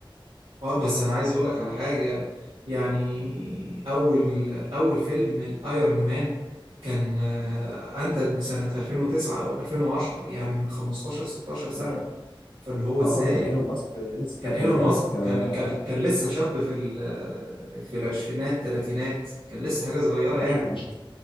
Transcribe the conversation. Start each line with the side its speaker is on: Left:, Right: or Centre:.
Right: اه بس انا عايز اقول لك على حاجة يعني اول اول فيلم الايرون مان كان آه، انتج سنة 2009 او 2010 يعني من 15 16 سنة
Left: تمام
Right: فاللي هو ازاي
Left: اه كان ايلون ماسك لسه
Right: كان
Left: ده خلي
Right: ايلون
Left: بالك
Right: ماسك
Left: آه،
Right: كان
Left: ما-
Right: كان كان لسه شاب في ال- في العشرينات تلاتينات كان لسه حاجة صغيرة يعني
Left: ايوه مش